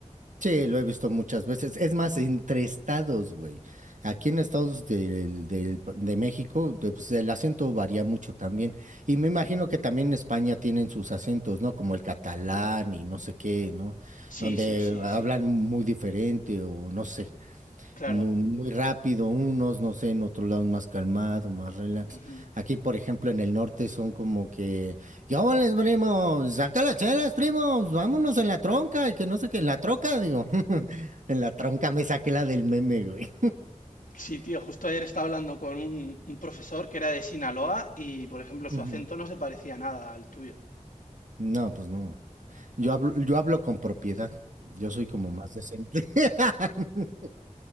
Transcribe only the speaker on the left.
Sí,
sí, sí,
sí,
claro.
Ujú.
Sí, tío, justo ayer estaba hablando con un, un profesor que era de Sinaloa y, por ejemplo, su
acento no se parecía nada al tuyo.
Claro.